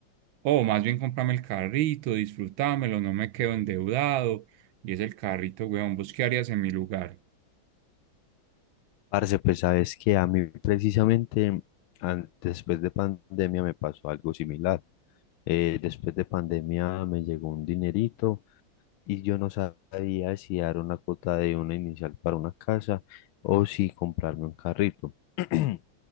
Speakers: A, on the right (about 75°); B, on the left (about 85°).
A: O más bien comprarme el carrito, disfrutármelo, no me quedo endeudado. Y es el carrito, weón. ¿Vos qué harías en mi lugar?
B: Parce, pues sabes que a mí precisamente an- después de pandemia me pasó algo similar. Eh, después de pandemia me llegó un dinerito y yo no sabía si dar una cuota de una inicial para una casa o si comprarme un carrito. <clears throat>